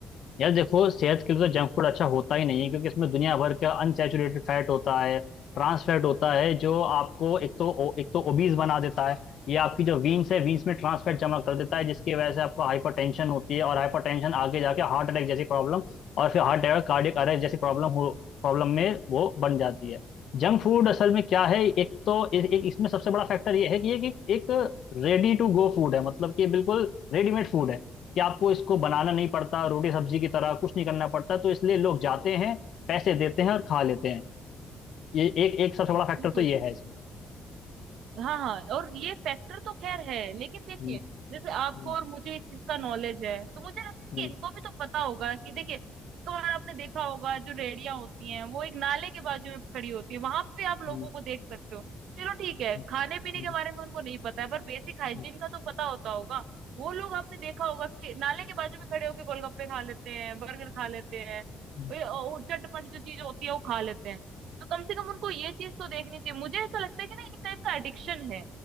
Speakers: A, on the left; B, on the right.
A: यार देखो सेहत के लिए तो जंक फूड अच्छा होता ही नहीं है क्योंकि इसमें दुनिया भर का अनसैचुरेटेड फैट होता है ट्रांस फैट होता है जो आपको एक तो एक तो ओबीज बना देता है ये आपकी जो वीन्स है वीन्स में ट्रांस फैट जमा कर देता है जिसकी वजह से आपको हाइपरटेंशन होती है और हाइपरटेंशन आगे जाके हार्ट अटैक जैसी प्रॉब्लम और फिर हार्ट अटैक कार्डियक अरेस्ट जैसी प्रॉब्लम हो प्रॉब्लम में वो बन जाती है जंक फूड असल में क्या है एक तो ए, एक इसमें सबसे बड़ा फैक्टर ये है कि ये कि एक रेडी टू गो फूड है मतलब कि बिल्कुल रेडीमेड फूड है कि आपको इसको बनाना नहीं पड़ता रोटी सब्जी की तरह कुछ नहीं करना पड़ता तो इसलिए लोग जाते हैं पैसे देते हैं और खा लेते हैं ये एक एक सबसे बड़ा फैक्टर
B: बिल्कुल
A: तो ये है इसमें
B: हाँ हाँ और ये फैक्टर तो खैर है लेकिन देखिए
A: हम्म,
B: जैसे आपको
A: हम्म,
B: और मुझे इस चीज का नॉलेज है तो मुझे लगता
A: हम्म,
B: है कि इनको भी तो पता होगा कि देखिए एक बार आपने देखा होगा जो रेड़ियां होती हैं वो एक नाले के बाजू में खड़ी होती है वहां पे आप लोगों
A: हम्म,
B: को देख सकते हो चलो ठीक है
A: हम्म,
B: खाने पीने
A: हम्म,
B: के बारे में उनको नहीं पता है पर बेसिक हाइजीन
A: हम्म,
B: का तो पता होता होगा वो लोग आपने देखा होगा कि नाले के बाजू में खड़े होके गोलगप्पे खा लेते हैं बर्गर खा लेते हैं
A: हम्म,
B: और ये- और चटपट जो चीज होती है वो खा लेते हैं तो कम से कम उनको ये चीज तो देखनी चाहिए मुझे ऐसा लगता है कि ना एक टाइप का एडिक्शन है